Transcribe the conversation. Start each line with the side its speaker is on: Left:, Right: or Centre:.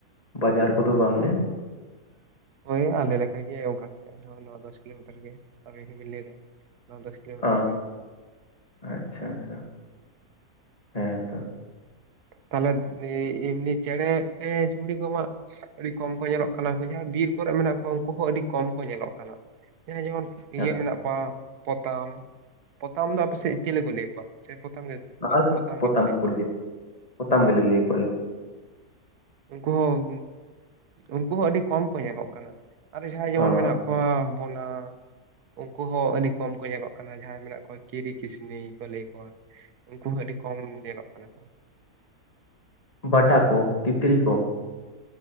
Left: ᱵᱟᱡᱟᱨ ᱠᱚᱫᱚ ᱵᱟᱝ ᱜᱮ᱾
Right: ᱳᱭ ᱟᱞᱮ ᱞᱮᱠᱟ ᱜᱮ ᱚᱱᱠᱟ ᱱᱚ ᱫᱚᱥ ᱠᱤᱞᱳᱢᱤᱴᱟᱨ ᱜᱮ ᱟᱵᱤᱱ ᱦᱚᱸᱵᱤᱱ ᱞᱟᱹᱭ ᱮᱟ ᱱᱚ ᱫᱚᱥ᱾ ᱠᱤᱞᱳᱢᱤᱴᱟᱨ
Left: ᱚ
Right: ᱜᱮ
Left: ᱟᱪᱪᱷᱟ ᱟᱪᱪᱷᱟ ᱦᱮᱸ ᱛᱚ
Right: ᱛᱟᱦᱞᱮ ᱮᱻ ᱮᱢᱱᱤ ᱪᱮᱬᱮ ᱮ ᱪᱩᱯᱲᱤ ᱠᱚᱢᱟ ᱟᱹᱰᱤ ᱠᱚᱢ ᱠᱚ ᱧᱮᱞᱚᱜ ᱠᱟᱱᱟ ᱩᱱᱠᱩ ᱡᱟᱦᱟᱸᱭ ᱵᱤᱨ ᱠᱚᱨᱮ ᱢᱮᱱᱟᱜ ᱠᱚᱣᱟ ᱩᱱᱠᱩ ᱦᱚᱸ ᱟᱹᱰᱤ ᱠᱚᱢ ᱠᱚ ᱧᱮᱞᱚᱜ ᱠᱟᱱᱟ᱾ ᱡᱟᱦᱟᱸᱭ ᱡᱮᱢᱚᱱ
Left: ᱦᱮᱸ,
Right: ᱤᱭᱟᱹ ᱢᱮᱱᱟᱜ ᱠᱚᱣᱟ ᱯᱚᱛᱟᱢ, ᱯᱚᱛᱟᱢ ᱫᱚ ᱟᱯᱮᱥᱮᱫ ᱪᱤᱞᱤ ᱠᱚ ᱞᱟᱹᱭᱮᱫ ᱠᱚᱣᱟ᱾ ᱥᱮ ᱯᱚᱛᱟᱢ ᱜᱮ
Left: ᱟᱻ ᱯᱚᱛᱟᱢ
Right: ᱜᱮᱯᱮ ᱞᱟᱹᱭ
Left: ᱠᱚ
Right: ᱠᱚᱣᱟ
Left: ᱜᱮ ᱯᱚᱛᱟᱢ ᱜᱮᱞᱮ ᱞᱟᱹᱭ ᱠᱚᱣᱟᱞᱮ
Right: ᱩᱱᱠᱩ ᱦᱚᱸ ᱩᱱᱠᱩ ᱦᱚᱸ ᱟᱹᱰᱤ ᱠᱚᱢ ᱠᱚ ᱧᱮᱞᱚᱜ ᱠᱟᱱᱟ᱾ ᱟᱨᱮ ᱡᱟᱦᱟᱸᱭ ᱡᱮᱢᱚᱱ
Left: ᱦᱚᱸ
Right: ᱢᱮᱱᱟᱜ ᱠᱚᱣᱟ ᱵᱚᱱᱟ᱾ ᱩᱱᱠᱩ ᱦᱚᱸ ᱟᱹᱰᱤ ᱠᱚᱢ ᱠᱚ ᱧᱮᱞᱚᱜ ᱠᱟᱱᱟ ᱡᱟᱦᱟᱸᱭ ᱢᱮᱱᱟᱜ ᱠᱚᱣᱟ ᱠᱤᱨᱤ ᱠᱤᱥᱱᱤ ᱠᱚ ᱞᱟᱹᱭ ᱠᱚᱣᱟ᱾ ᱩᱱᱠᱩ ᱦᱚᱸ ᱟᱹᱰᱤ ᱠᱚᱢ ᱧᱮᱞᱚᱜ ᱠᱟᱱᱟ ᱠᱚ
Left: ᱵᱟᱴᱟ ᱠᱚ ᱛᱤᱛᱨᱤ ᱠᱚ